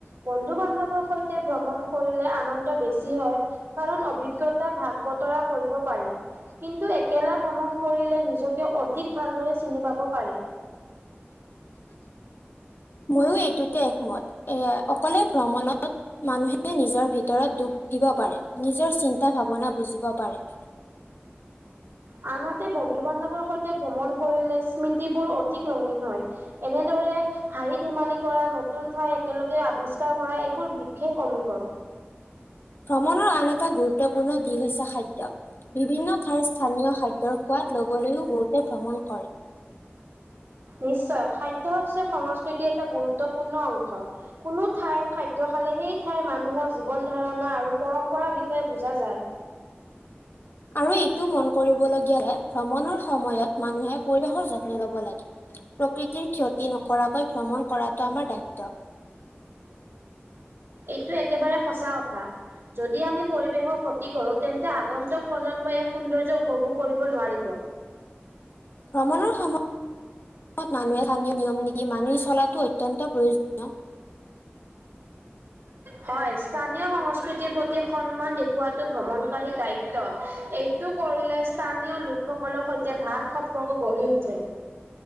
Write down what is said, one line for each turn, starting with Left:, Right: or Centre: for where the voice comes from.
Right: বন্ধু বান্ধবৰ সৈতে ভ্ৰমণ কৰিলে আনন্দ বেছি হয়। কাৰণ অভিজ্ঞতা ভাগ বতৰা কৰিব পাৰি। কিন্তু একেলা ভ্ৰমণ কৰিলে নিজকে অধিক ভালদৰে চিনি পাব পাৰি।
Left: ময়ো এইটোতে একমত, এয়া অকলে ভ্ৰমণত মানুহে নিজৰ ভিতৰত দুখ দিব পাৰে, নিজৰ চিন্তা ভাৱনা বুজিব পাৰে।
Right: আনহাতে বন্ধু বান্ধৱৰ সৈতে ভ্ৰমণ কৰিলে স্মৃতিবোৰ অধিক ৰঙীন হয়। এনেদৰে হাঁহি ধেমালি কৰা, নতুন ঠাই একেলগে আৱিষ্কাৰ কৰা এইবোৰ বিশেষ অনুভৱ।
Left: ভ্ৰমণৰ আন এটা গুৰুত্বপূৰ্ণ দিশ হৈছে খাদ্য। বিভিন্ন ঠাইৰ স্থানীয় খাদ্যৰ সোৱাদ ল'বলৈও বহুতে ভ্ৰমণ কৰে।
Right: নিশ্চয়, খাদ্য হৈছে সংস্কৃতিৰ এটা গুৰুত্বপূৰ্ণ অংশ। কোনো ঠাইৰ খাদ্য খালে সেই ঠাইৰ মানুহৰ জীৱন ধৰণা আৰু পৰম্পৰাৰ বিষয়ে বুজা যায়।
Left: আৰু এইটো মন কৰিবলগীয়া যে ভ্ৰমণৰ সময়ত মানুহে পৰিৱেশৰ যত্ন ল'ব লাগে। প্ৰকৃতিৰ ক্ষতি নকৰাকৈ ভ্ৰমণ কৰাটো আমাৰ দায়িত্ব।
Right: এইটো একেবাৰে সঁচা কথা। যদি আমি পৰিৱেশৰ ক্ষতি কৰোঁ তেন্তে আগন্তুক প্ৰজন্মই এক সৌন্দৰ্য উপভোগ কৰিব নোৱাৰিব।
Left: ভ্ৰমণৰ সময়ত মানুহে স্থানীয় নিয়ম নীতি মানি চলাটো অতয়ন্ত প্ৰয়োজ নীয়
Right: হয়, স্থানীয় সংস্কৃতিৰ প্ৰতি সন্মান দেখওৱাতটো ভ্ৰমণকাৰী দায়িত্ব। এই টো কৰিলে স্থানীয় লোকসকলৰ সৈতে ভাল সম্পৰ্ক গঢ়ি উঠে।